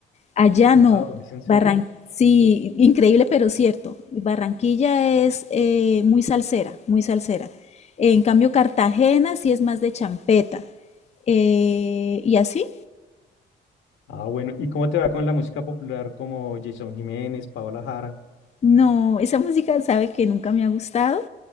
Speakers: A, on the left (about 35°); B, on the left (about 85°).
A: Allá
B: Wow,
A: no,
B: ¿es en serio?
A: Barran sí, increíble pero cierto, Barranquilla es eh, muy salsera, muy salsera. En cambio, Cartagena sí es más de champeta. Eh, y así,
B: Ah, bueno, ¿y cómo te va con la música popular como Jason Jiménez, Paola Jara?
A: No, esa música sabe que nunca me ha gustado